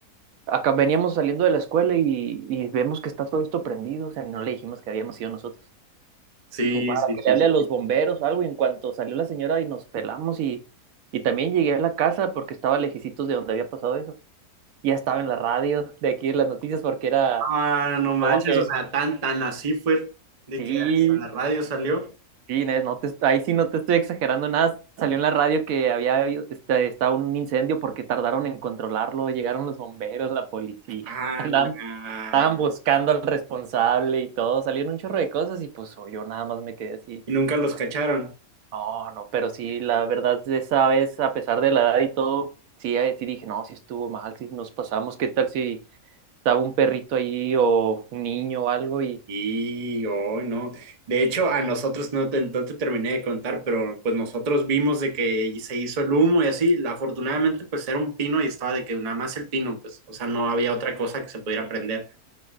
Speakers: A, on the right (about 70°); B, on the right (about 55°).
A: acá veníamos saliendo de la escuela y, y vemos que está todo esto prendido, o sea, no le dijimos que habíamos ido nosotros.
B: Sí,
A: Dijo, para
B: sí,
A: que
B: sí,
A: le hable
B: sí.
A: a los bomberos o algo. Y en cuanto salió la señora y nos pelamos y, y también llegué a la casa porque estaba lejicitos de donde había pasado eso. Ya estaba en la radio de aquí en las noticias porque era
B: Ah, no manches,
A: como que
B: o sea, tan, tan así fue de
A: sí,
B: que a la radio salió.
A: sí, Inés, no te, ahí sí no te estoy exagerando nada. Salió en la radio que había habido- este, estaba un incendio porque tardaron en controlarlo. Llegaron los bomberos, la policía.
B: ¡Hala!
A: <laughs> Andaban, estaban buscando al responsable y todo. Salieron un chorro de cosas y pues yo nada más me quedé así.
B: Y nunca los cacharon.
A: No, no, pero sí, la verdad, de esa vez, a pesar de la edad y todo, sí, eh, sí dije, no, sí estuvo mal, sí nos pasamos, ¿qué tal si estaba un perrito ahí o un niño o algo? Y
B: Y hoy no. De hecho, a nosotros no te, no te terminé de contar, pero pues nosotros vimos de que se hizo el humo y así. Afortunadamente, pues era un pino y estaba de que nada más el pino, pues, o sea, no había
A: <laughs>
B: otra cosa que se pudiera prender.